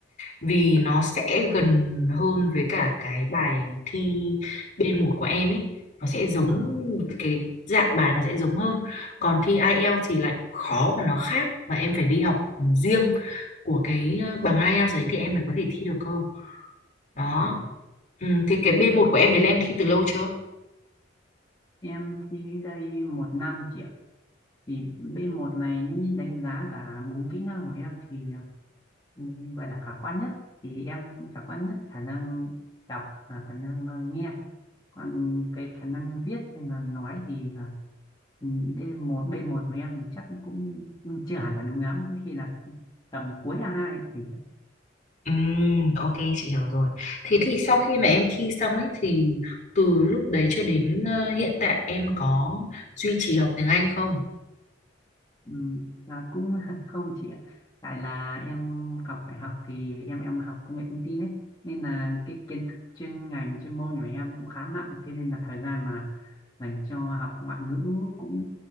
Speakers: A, on the left; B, on the left.
A: vì nó sẽ gần hơn với cả cái bài thi B1 của em ấy nó sẽ giống
B: vâng
A: cái dạng bài nó sẽ giống hơn còn thi IELTS thì lại khó và nó khác và em phải đi học riêng của cái ờ, bằng IELTS đấy thì em mới có thể thi được cơ đó
B: vâng ạ.
A: ừ, thì
B: Ừ,
A: cái B1 của em đấy là em thi từ lâu chưa
B: em thi đây một năm chị ạ thì B1 này nếu như đánh giá cả bốn kỹ năng của em thì ờ, Ừ, Gọi là khả quan nhất thì em khả quan nhất khả năng đọc và khả năng ờ, nghe còn về khả năng viết hay là nói thì là ừ, D1 b một của em thì chắc cũng cũng chưa hẳn là đúng lắm có khi là tầm cuối a hai thì
A: Ừ, ok chị hiểu rồi. Thế thì sau khi mà em thi xong ấy thì từ lúc đấy cho đến ờ, hiện tại em có duy trì học tiếng Anh không?
B: Ừ, là cũng <laughs> không chị ạ tại là em học đại học thì em em học công nghệ thông tin ấy nên là cái kiến thức chuyên ngành chuyên môn của em cũng khá nặng thế nên là thời gian mà dành cho học ngoại ngữ cũng